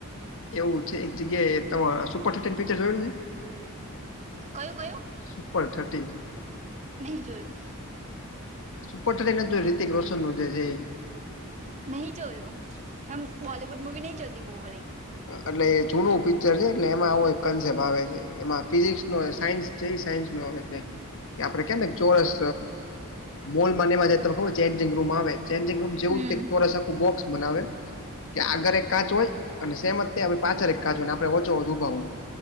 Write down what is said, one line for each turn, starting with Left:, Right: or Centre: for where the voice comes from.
Left: એવું છે એક જગ્યાએ તમે સુપર થીથન પિકચર જોયું હે તમે?
Right: કયું કયું?
Left: Super thirteen.
Right: નહીં જોયું.
Left: સુપરી થર્ટીન નથ જોયું રીતીક રોશન નું છે ઈ?
Right: નહીં જોયુ, એમ બોલીવૂડ મૂવી નહીં જોતી બહુ વળ.
Left: એટલે એ જૂનું પિક્ચર છે એટલે એમાં આવો એક કન્સેપ્ટ આવે છે એમાં ફિઝિક્સ નો સાયન્સ જે સાયન્સમાં આવે છે કે આપડે કેમ ચોરસ મોલમા ને એમાં ખબર ચેન્જિંગ રૂમ આવે? ચેન્જંગ રૂમ જેવું
Right: હમ
Left: ચોરસ આખું બોક્સ બનાવે કે આગળ એક કાચ હોય અને સેમત પાછળ એક કાચ હોયને આપે ઓચો ઓ ઊભા હોય.